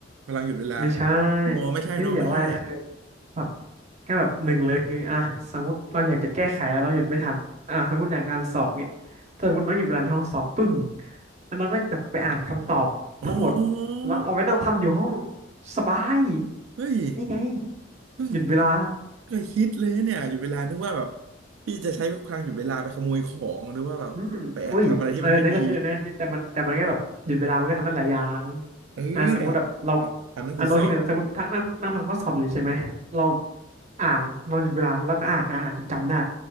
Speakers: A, on the right (about 85°); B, on the right (about 35°).
A: พำลังหยุดเวลา
B: ไม่ใช่
A: อ๋อไม่ใช่เนอะไม่ใช่
B: ที่พี่อยากได้คือแบบแค่แบบหนึ่งเลยคืออ่ะสมมติเราอยากจะแก้ไขเราหยุดไม่ทันอ่ะสมมติอย่างการสอบเนี่ยถ้าสมมติน้องหยุดเวลาในห้องสอบปึ้งแล้วน้องก็แบบไปอ่านคำตอบทั้งหมด
A: อ๋อ
B: แล้วเอาไว้นั่งทำอยู่ห้องสบาย
A: เฮ้ย
B: นี่ไง
A: เพิ่งผม
B: หยุดเวลา
A: เคยคิดเลยเนี่ยหยุดเวลานึกว่าแบบพี่จะใช้พลังหยุดเวลาไปขโมยของหรือว่าแบบไปแอบทำอะไรที่มันไม่ดี
B: อืมอุ้ยเออนั่นก็คิดนั่นก็คิดแต่มันแต่มันก็แบบหยุดเวลามันก็ทำได้หลายอย่าง
A: เออเนี่ยอ่ะอ่านหนังสือสอบ
B: อ่าสมมุติแบบเราอ่ะน้อ้คิดเนะสมมตินั่งนั่งนั่งทำข้อสอบอยู่ใช่ไหมเราอ่านเราหยุดเวลาแล้วก็อ่านอ่านอ่านจนจำได้